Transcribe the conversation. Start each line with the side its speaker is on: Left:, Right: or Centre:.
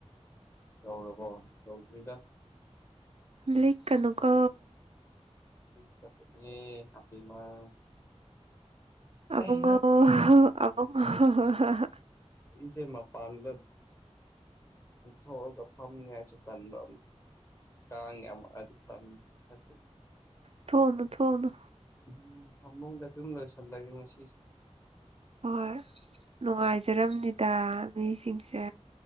Left: ꯌꯧꯔꯕꯣ ꯌꯧꯗ꯭ꯔꯤꯗ
Right: ꯂꯤꯛꯀꯅꯨꯀꯣ
Left: <unintelligible>
Right: ꯑꯕꯨꯡꯉꯣꯍꯣ
Left: ꯑꯩꯁꯦ
Right: ꯑꯕꯨꯡꯉꯣ <unintelligible>
Left: ꯏꯁꯦ ꯃꯄꯥꯟꯗ ꯃꯨꯛ ꯊꯣꯑꯒ ꯐꯝꯅꯤꯉꯥꯏꯁꯨ ꯇꯟꯕ ꯑꯃꯨꯛ ꯀꯥꯡ‌ ꯌꯥꯝꯃꯑꯗꯤ ꯇꯟꯕ <unintelligible>
Right: ꯊꯣꯎꯅꯣ ꯊꯣꯎꯅꯣ
Left: ꯎꯝ ꯐꯃꯨꯡꯗ ꯑꯗꯨꯝ ꯂꯣꯏꯁꯜꯂꯒꯦ ꯉꯁꯤꯁꯦ
Right: ꯍꯣꯏ ꯅꯨꯡꯉꯥꯏꯖꯔꯝꯅꯤꯗ ꯃꯤꯁꯤꯡꯁꯦ